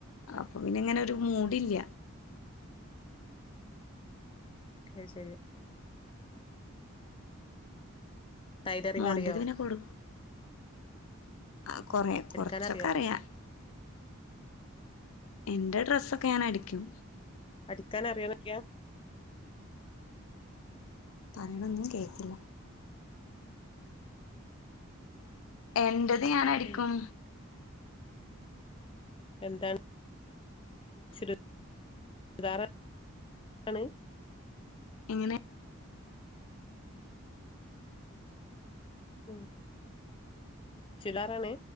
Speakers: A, on the left; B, on the left.
A: അപ്പൊ പിന്നെ ഇങ്ങനെ ഒരു മൂഡില്ല
B: ആയ് ശെരി ടൈലറിങ്
A: മോന്റത്
B: അറിയോ
A: പിന്നെ കൊടു ആ കൊറേ
B: അടിക്കാനറിയോ
A: കൊറച്ചൊക്കെ അറിയാ എൻ്റെ ഡ്രസ്സൊക്കെ ഞാൻ അടിക്കും
B: അടിക്കാൻ അറിയാന്നോക്കെയാ
A: പറയണൊന്നും കേക്കില്ല എന്റത് ഞാൻ അടിക്കും
B: ഉം എന്താണ് ചുരിദാർ ആണ്
A: എങ്ങനെ
B: ഉം ചുരിദാറാണ്